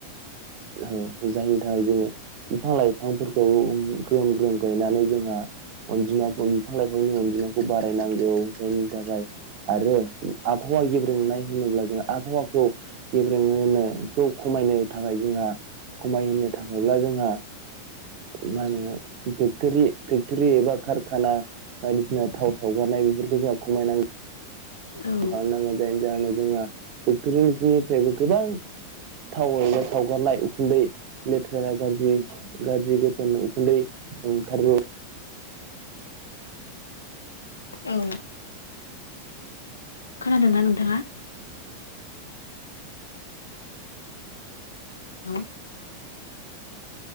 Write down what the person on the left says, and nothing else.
औ
औ। खोनादोंना नोंथाङा? औ